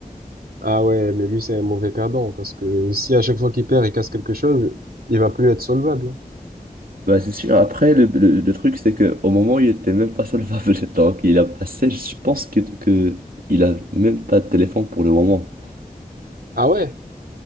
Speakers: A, on the right; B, on the right.
A: Ah ouais, mais lui, c'est un mauvais perdant, parce que si à chaque fois qu'il perd, il casse quelque chose, il va plus être solvable.
B: Bah c'est sûr, après, le, le- le truc, c'est que au moment où il était même pas solvable, <laughs> donc il a passé, je pense que, que il a même pas de téléphone pour le moment.
A: Ah ouais?